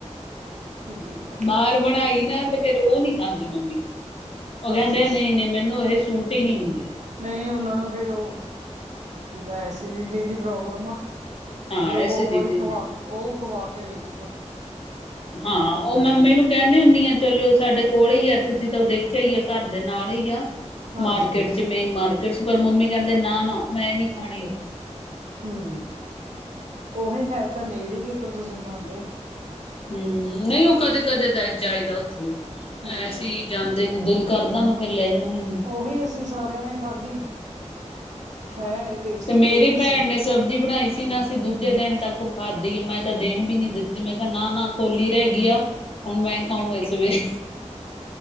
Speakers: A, on the right (about 75°); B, on the left (about 50°).
A: ਠੀਕ ਆ
B: ਦਾਲ ਬਣਾਈ ਨਾ ਤੇ ਫੇਰ ਉਹ ਨੀ ਖਾੰਦੀ ਮੰਮੀ ਉਹ ਕਹਿੰਦੇ
A: ਅੱਛਾ ਅੱਛਾ
B: ਨਹੀਂ-ਨਹੀਂ ਮੈਨੂੰ ਇਹ ਸੂਟ ਹੀ ਨਹੀਂ ਹੁੰਦੀ।
A: ਨਹੀਂ ਉਹਨਾਂ ਨੂੰ ਫਿਰ ਉਹ ਜਿੰਦਾ ਐਸੀਡਿਟੀ ਦੀ ਪ੍ਰੋਬਲਮ ਆ।
B: ਹਾਂ
A: ਪਰ ਓਹ
B: ਐਸੇ ਦੀਦੀ
A: ਵਾਲੀ ਖਵਾ,
B: ਨੇ
A: ਓਹ ਖਵਾ ਕੇ ਵੇਖਿਓ।
B: ਹਾਂ
A: ਉੱਧਰ
B: ਉਹ ਮੰਮੀੇ
A: ਦੀ
B: ਨੂੰ ਕਹਿੰਨੀ ਹੁੰਨੀ ਆ ਚਲੋ ਸਾਡੇ ਕੋਲ ਈ ਆ ਤੁਸੀਂ ਤਾਂ ਦੇਖਿਆ ਈ ਆ ਘਰ ਦੇ ਨਾਲ ਈ ਆ।
A: ਹਾਂਜੀ
B: ਮਾਰਕੀਟ ਚ ਮੇਨ ਮਾਰਕੀਟ 'ਚ ਪਰ ਮੰਮੀ ਕਹਿੰਦੇ ਨਾ ਨਾ ਮੈਂ ਨੀ ਖਾਨੀ ਉਹ
A: ਹਮ ਉਹੀ ਹੈ ਤਾਂ ਨੇੜੇ ਹੀ ਪਰ ਤੁਸੀਂ ਖਾਂਦੇ
B: ਹਮ ਨਹੀਂ ਉਹ ਕਦੇ-ਕਦੇ ਜਾਈਦਾ ਉੱਥੇ ਵੀ
A: ਹੂੰ
B: ਅਸੀਂ ਜਾਂਦੇ ਨੀ ਦਿਲ ਕਰਦਾ ਨਾ ਫੇਰ ਲੈ ਜਾਂਨੇ
A: ੳਹੀ ਅਸੀਂ ਸਾਰਿਆਂ ਨੇ ਖਾਧੀ ਹੈ। ਟੇਸਟੀ
B: ਤੇ ਮੇਰੀ
A: ਇਹ ਵੀ
B: ਪੈਣ
A: ਸੀ
B: ਨੇ ਸਬਜ਼ੀ ਬਣਾਈ ਸੀ
A: ਹੂੰ
B: ਨਾ ਅਸੀਂ ਦੂਜੇ ਦਿਨ ਤੱਕ ਖਾਦੀ ਆ ਮੈਂ ਤਾਂ ਦੇਨ ਵੀ ਨੀ ਦਿੱਤੀ ਮੈਂ ਕਿਹਾ ਨਾ-ਨਾ ਕੋੋਲੀ ਰਹਿ ਗਈ ਆ ਹੁਣ ਮੈਂ ਖਾਊ ਇਹ ਸਵੇਰੇ